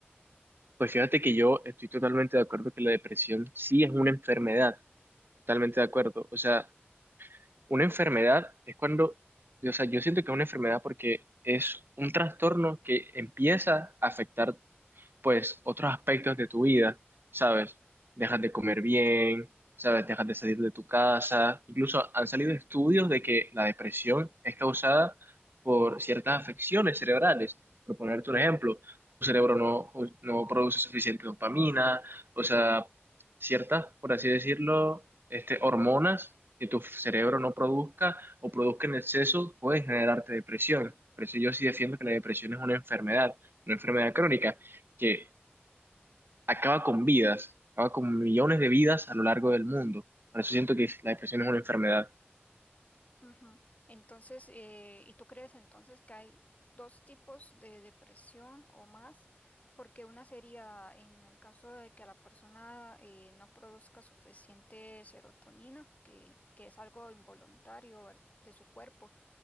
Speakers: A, on the right (about 60°); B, on the left (about 35°).
A: Pues fíjate que yo estoy totalmente de acuerdo que la depresión sí es una enfermedad, totalmente de acuerdo. O sea, una enfermedad es cuando, o sea, yo siento que es una enfermedad porque es un trastorno que empieza a afectar pues otros aspectos de tu vida, ¿sabes? Dejas de comer bien, ¿sabes? Dejas de salir de tu casa. Incluso han salido estudios de que la depresión es causada por ciertas afecciones cerebrales. Por ponerte un ejemplo, tu cerebro no, no produce suficiente dopamina, o sea, ciertas, por así decirlo, este, hormonas que tu cerebro no produzca o produzca en exceso pueden generarte depresión. Por eso yo sí defiendo que la depresión es una enfermedad, una enfermedad crónica que acaba con vidas, acaba con millones de vidas a lo largo del mundo. Por eso siento que la depresión es una enfermedad.
B: Ujú. Entonces, eh, ¿y tú crees entonces que hay dos tipos de depresión o más? Porque una sería en el caso de que la persona eh, no produzca suficiente serotonina, que, que es algo involuntario, ¿ver- de su cuerpo,